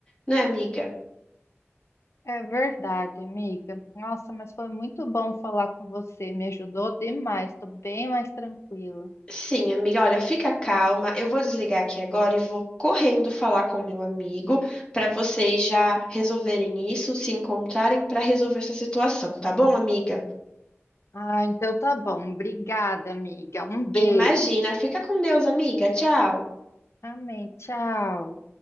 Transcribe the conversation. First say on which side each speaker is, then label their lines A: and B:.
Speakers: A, on the left; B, on the left.
A: né, amiga?
B: É verdade, amiga. Nossa, mas foi muito bom falar com você. Me ajudou demais. Tô bem mais tranquila.
A: Sim, amiga, olha, fica calma. Eu vou desligar aqui agora e vou correndo falar com o meu amigo para vocês já resolverem isso, se encontrarem para resolver essa situação, tá bom, amiga?
B: Ah, então tá bom. Obrigada, amiga. Um beijo.
A: Imagina, fica com Deus, amiga. Tchau.
B: Amém. Tchau.